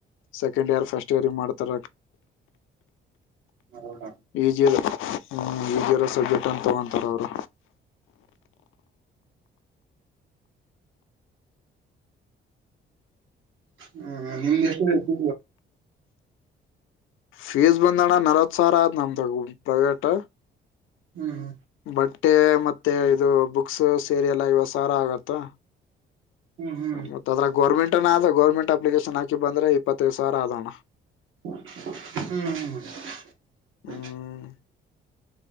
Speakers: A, on the left; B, on the right.
A: ಸೆಕೆಂಡ್ ಇಯರ್ ಫಸ್ಟ್ ಇಯರ್ ಈ ಮಾಡ್ತಾರ
B: ಹೌದಾ
A: ಈಜಿರ ಹ ಈಜಿ ಇರೋ ಸಬ್ಜೆಕ್ಟ್ ಅಂತ ತಗೊಂತಾರೆ ಅವರು
B: ಹ್ಮ ನಿಮ್್ದ ಎಷ್ಟ ಸಿ
A: ಫೀಸ್ ಬಂದಣ್ಣ ನಲ್ವತ್ ಸಾವರ ಆದ್ ನಮ್ದಾಗ ಪಪ್ರೈವೇಟ್
B: ಹ್ಮ್ ಹ್ಮ
A: ಬಟ್ಟೆ ಮತ್ತೆ ಇದು ಬುಕ್ಸ್ ಸೇರಿ ಎಲ್ಲ ಐವತ್ತೂ ಸಾರಾ ಆಗತ್ತಾ
B: ಹ್ಮ್ ಹ್ಮ್
A: ಮತ್ತತ್ದ್ರ ಗೌರ್ಮೆಂಟ್ನ ಅ ಗೌರ್ಮೆಂಟ್ ಅಪ್ಲಿಕೇಶನ್ ಹಾಕಿ ಬಂದ್ರೆ ಇಪ್ಪತ್ತೈದು ಸಾವಿರ ಆದದೋಣ್ಣ
B: ಹ್ಮ್್ಮ
A: ಹ್ಮ್